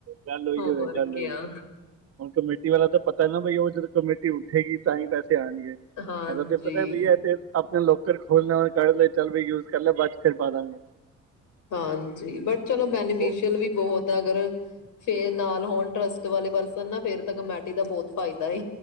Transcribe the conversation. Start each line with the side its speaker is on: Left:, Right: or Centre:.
Right: ਗੱਲ ਉਹੀ
Left: ਹੋਰ
Right: ਹੋਏ ਗੱਲ
Left: ਕਿਆ
Right: ਹੀ ਹੋਏ ਹੁਣ ਕਮੇਟੀ ਵਾਲਾ ਤਾਂ ਪਤਾ ਨਾ ਵੇ ਉਹ ਜਦੋਂ ਕਮੇਟੀ ਉੱਠੇਗੀ ਤਾਂ ਹੀ ਪੈਸੇ ਹਾਂਜੀ ਹਾਂਜੀ
Left: ਹਾਂਜੀ
Right: ਐ ਤਾਂ ਤੇ ਪਤਾ ਹੈ ਬਈ ਇਥੇ ਆਪਣਾ ਲੋਕਰ ਖੋਲਣਾ ਕੱ ਲੈ ਚੱਲ ਵੀ ਯੂਜ ਕਰ ਲੈ ਚਲ ਭਈ ਬਾਅਦ ਚ ਫਿਰ ਪਾ ਦਾਂਗੇ
Left: ਹਾਂਜੀ ਬਟ ਚਲੋ ਬੈਨੀਫਿਸ਼ਅਲ
Right: ਉਹ
Left: ਵੀ ਬਹੁਤ ਆ ਅਗਰ ਫੇ ਨਾਲ ਹੋਣ ਟਰਸਟ ਵਾਲੇ ਪਰਸਨ ਨਾ ਫਿਰ ਤਾਂ ਕਮੇਟੀ ਦਾ ਬਹੁਤ ਫਾਇਦਾ ਹੈ